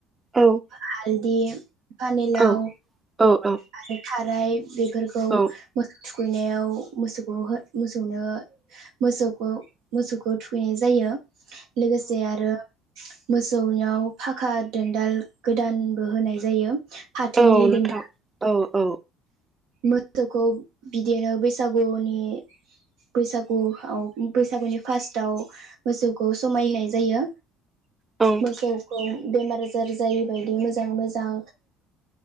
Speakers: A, on the right; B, on the right.
A: औ
B: हालदि पानिलाव
A: औ औ
B: आरो थाद फ्राय बे फोरखौ
A: औ
B: मोसौ थुखैनायाव मोसौखौ हो मोसौनो मोसौखौ मोसौखौ थुखैनाय जायो। लोगोसे आरो मोसौनियाव फाखा दोनदाल गोदानबो होनाय जायो फाथोनि
A: औ नोंथां
B: दोनदाल
A: औ औ
B: मोथौखौ बिदिनो बैसागुनि बैसागुआव बैसागुनि फार्स्टआव मोसौखौ समायहोनाय जायो
A: औ
B: मोसौखौ बेमार आजार जायि बायदि मोजाङै मोजां